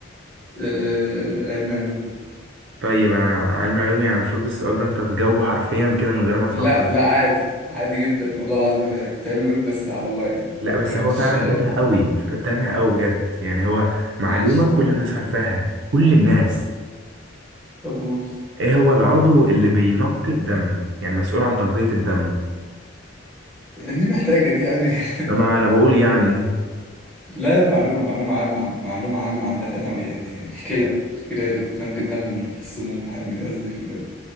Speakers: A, in the centre; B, on the right.
A: آه، علم علوم
B: طيب انا علم علوم يعني المفروض السؤال ده انت تجاوبه حرفيا كده من غير ما
A: لا
B: تفكر
A: لا عادي عادي جدا والله العظيم انا كنت علم علوم بس على الله يعني
B: لا بس
A: فمش
B: هو فعلا
A: آه،
B: تافه قوي تافه قوي بجد يعني هو
A: ماشي
B: معلومة كل
A: طب قول
B: الناس عارفاها كل الناس
A: طب قول
B: ايه هو العضو اللي بينقي الدم يعني مسؤول عن تنقية الدم
A: دي محتاجة دي يعني <laughs>
B: طبعا انا بقول يعني إيه؟
A: لا معلومة معلومة عامة معلومة عامة عامة أوي يعني الكلى الكلى اللي بتنقي الدم من السموم والحاجات من قصدي ال-